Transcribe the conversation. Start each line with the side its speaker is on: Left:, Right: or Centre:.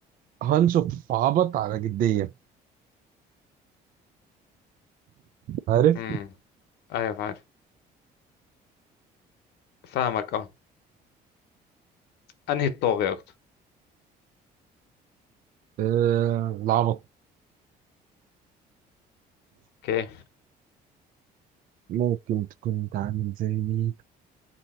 Right: هانش اوف عبط على جدية عارف
Left: امم ايوه عارف فاهمك اه انهي الطاغي اكتر
Right: آه... العبط
Left: اوكي
Right: ممكن تكون انت عامل زي مين